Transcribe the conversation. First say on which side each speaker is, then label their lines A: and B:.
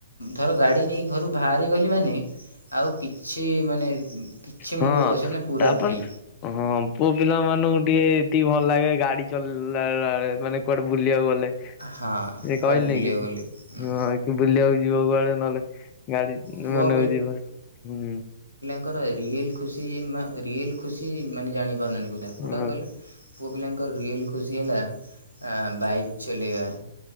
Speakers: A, on the left; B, on the left.
A: ଧର ଗାଡି ନେଇ ଘରୁ ବାହାରି ଗଲି ମାନେ ଆଉ କିଛି ମାନେ କିଛି
B: ହଁ
A: ମୁଣ୍ଡରେ ପଶିବନି ପୁରା
B: ତା
A: ଫ୍ରି
B: ପାଇଁ ହଁ ପୁଅ ପିଲା ମାନଙ୍କୁ ଟିକେ ଏତିକି ଭଲ ଲାଗେ ଗାଡି ଚଲ ଇଲା ବେଳେ ମାନେ କୁଆଡେ ବୁଲିବାକୁ ଗଲେ ସେ
A: ହଁ କୁଆଡ଼େ
B: କହିଲେ
A: ବୁଲିବାକୁ
B: କି
A: ଗଲେ
B: ହଁ ବୁଲିବାକୁ ଯିବ କୁଆଡେ ନହେଲେ ଗାଡି
A: ପୁଅ
B: ମନେଉଛି ଯିବ ହୁଁ
A: ତାଙ୍କର ରିୟଲ୍ ଖୁସି ନା ରିୟଲ୍ ଖୁସି ମାନେ ଜାଣି ପାରୁନାହାନ୍ତି କୋଉ ଟାକୁ କୋଉଟାକୁ
B: ହଁ
A: କହିଲେ? ପୁଅ ପିଲାଙ୍କ ରିୟଲ୍ ଖୁସି ହେଲା ଆ ବାଇକ୍ ଚଲେଇବା।